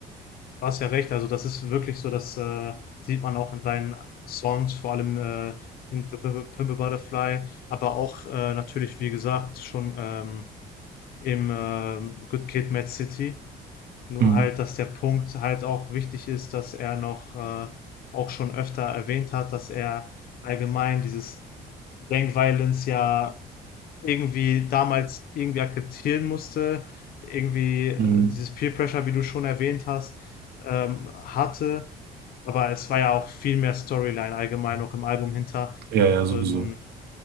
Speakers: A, on the left; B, on the right.
A: du hast ja recht. Also das ist wirklich so, das äh, sieht man auch in seinen Songs, vor allem äh, in P- P- Pimp a Butterfly, aber auch äh, natürlich, wie gesagt, schon ähm, im ähm, Good Kid, Mad City. Nur
B: Mhm.
A: halt, dass der Punkt halt auch wichtig ist, dass er noch äh, auch schon öfter erwähnt hat, dass er allgemein dieses Gang Violence ja irgendwie damals irgendwie akzeptieren musste, irgendwie äh,
B: Mhm.
A: dieses Peer Pressure, wie du schon erwähnt hast, ähm, hatte aber es war ja auch viel mehr Storyline allgemein auch im Album hinter.
B: Ja, ja, sowieso.
A: Ähm,